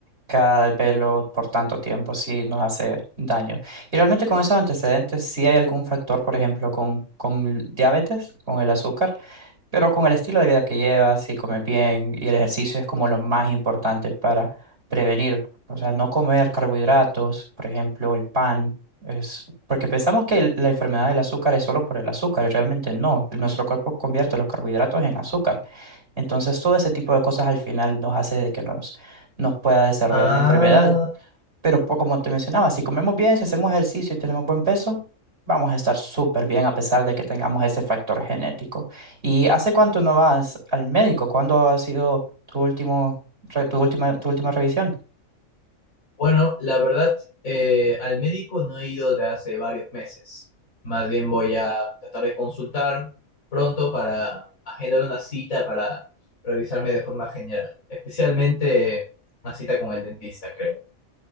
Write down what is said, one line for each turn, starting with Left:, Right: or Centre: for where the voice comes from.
Right: cada velo por tanto tiempo sí nos hace daño. Y realmente con esos antecedentes, si hay algún factor, por ejemplo, con, con diabetes, con el azúcar. Pero con el estilo de vida que llevas, si comes bien y el ejercicio es como lo más importante para prevenir. O sea, no comer carbohidratos, por ejemplo, el pan. Es porque pensamos que el- la enfermedad del azúcar es solo por el azúcar, y realmente no. Nuestro cuerpo convierte los carbohidratos en azúcar. Entonces, todo ese tipo de cosas al final nos hace de que nos, nos pueda desarrollar
Left: Ah,
Right: la enfermedad. Pero po- como te mencionaba, si comemos bien, si hacemos ejercicio y tenemos buen peso, vamos a estar súper bien a pesar de que tengamos ese factor genético. ¿Y hace cuánto no vas al médico? ¿Cuándo ha sido tu último, re- tu última, tu última revisión?
Left: bueno, la verdad, eh, al médico no he ido de hace varios meses. Más bien voy a tratar de consultar pronto para agendar una cita para revisarme de forma general, especialmente una cita con el dentista, creo.